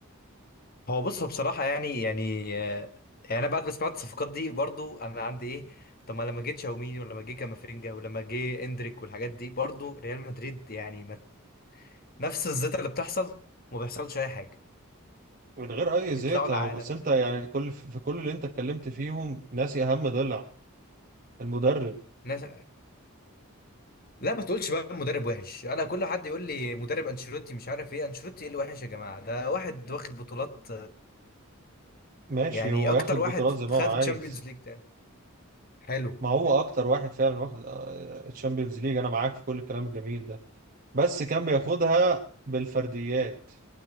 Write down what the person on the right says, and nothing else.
من غير اي
زيطة
اهو بس
انت يعني كل في كل اللي انت اتكلمت فيهم ناسي اهم ضلع المدرب
ماشي
هو
ياخد
بطولات زي ما
هو عايز
ما هو اكتر واحد فعلا واخد الشامبيونز ليج انا معاك في كل الكلام الجميل ده بس كان بياخدها بالفرديات